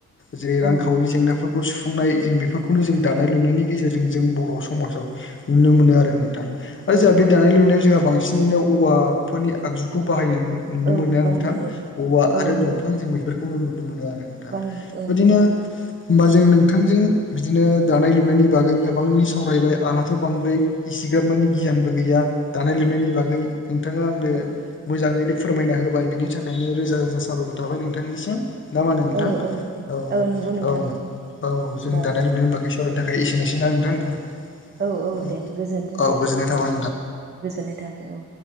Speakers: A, on the left (about 40°); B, on the right (about 35°).
A: जेरै रांखावरि
B: औ
A: जेंना फो गु सुफुंनाय जों बेफोरखौनो जों दानाय लुनायनि गेजेरजों जों बर' समाजाव। नुनो मोनो आरो नोंथां आरो
B: औ
A: जोंहा बे
B: औ
A: दानाय
B: नंगौ
A: लुनायाव जोंहा बांसिन <unintelligible> औवाफोरनि आगजुखौ बाहायनाय नु नुनो
B: औ
A: मोनदों
B: बाहायनाय
A: नोंथां
B: जायो
A: औवा
B: औ
A: आरो
B: नंगौ
A: दंफां जों बेफोरखौनो नुनो मोनो आरो नोंथां
B: बाहायनो
A: बेबायदिनो।
B: औ औ
A: होमबा जों नोंथांजों बिदिनो दानाय लुनायनि बागै गोबांनि सावरायबाय आंहा थ' बांद्राय इसिग्राब मानि गियानबो गैया दानाय लुनायनि बागै नोंथाङा आंनो।
B: औ
A: मोजाङैनो फोरमायना होबाय बिनि थाखायनो रोजा-रोजा साबायखर थाबाय नोंथांनिसिम। ना मा होनो नोंथां
B: औ औ दे
A: औ-औ-औ
B: औ नंगौ नोंथां
A: जोंनि
B: दा
A: दानाय नों बाखै सावरायनो थाखाय एसेनो एसै ना नोंथां
B: औ-औ
A: औ
B: दे गोजोनथों
A: औ
B: दे
A: गोजोननाय थाबाय
B: नोंथां गोजोननाय थाबाय औ।